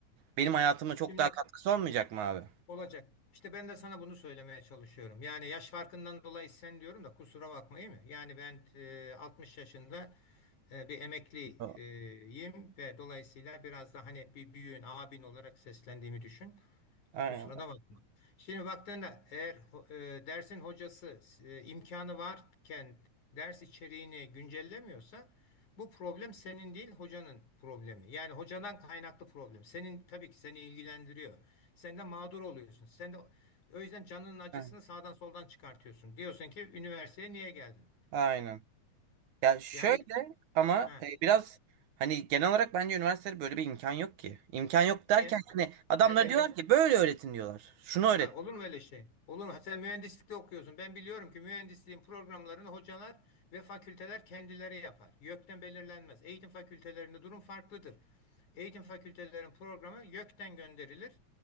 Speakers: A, on the right (about 80°); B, on the left (about 85°).
A: Benim hayatıma çok
B: Şimdi
A: daha katkısı olmayacak mı abi?
B: Olacak. İşte ben de sana bunu söylemeye çalışıyorum. Yani yaş farkından dolayı sen diyorum da kusura bakmayın mı? Yani ben e, 60 yaşında e, bir emekliyim
A: A-
B: ve dolayısıyla biraz da hani bir büyüğün, abin olarak seslendiğimi düşün.
A: Aynen.
B: Kusura da bakma. Şimdi baktığında eğer ho- e, dersin hocası e, imkanı varken ders içeriğini güncellemiyorsa bu problem senin değil hocanın problemi. Yani hocadan kaynaklı problem. Senin tabii ki seni ilgilendiriyor. Sen de mağdur oluyorsun. Sen de o yüzden canının acısını
A: Aynen.
B: sağdan soldan çıkartıyorsun. Diyorsun ki üniversiteye niye geldim?
A: Aynen. Ya şöyle
B: Yani
A: ama
B: ha,
A: e, biraz hani genel olarak bence üniversitede böyle bir imkan yok ki. İmkan yok derken
B: niye?
A: hani adamlar
B: Neden yok?
A: diyorlar ki böyle öğretin diyorlar. Şunu öğret.
B: Ha, olur mu öyle şey? Olur mu? Sen mühendislikte okuyorsun. Ben biliyorum ki mühendisliğin programlarını hocalar ve fakülteler kendileri yapar. YÖK'ten belirlenmez. Eğitim fakültelerinde durum farklıdır. Eğitim fakültelerin programı YÖK'ten gönderilir.